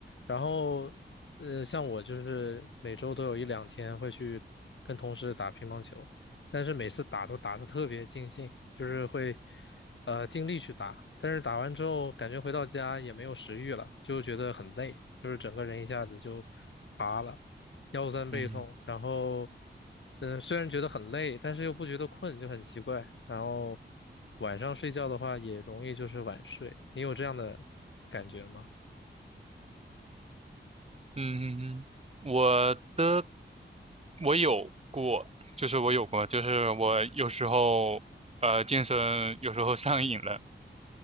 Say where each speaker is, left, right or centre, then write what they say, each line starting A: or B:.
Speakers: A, on the left (about 75°); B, on the right (about 35°).
A: 然后，呃，像我就是每周都有一两天会去跟同事打乒乓球。但是每次打都打得特别尽兴，就是会呃尽力去打，但是打完之后感觉回到家也没有食欲了，就觉得很累，就是整个人一下子就乏了，腰酸背痛，
B: 嗯
A: 然后嗯虽然觉得很累，但是又不觉得困，就很奇怪。然后晚上睡觉的话也容易就是晚睡，你有这样的感觉吗？
B: 嗯，嗯嗯嗯我的我有过，就是我有过，就是我有时候呃健身有时候上瘾了。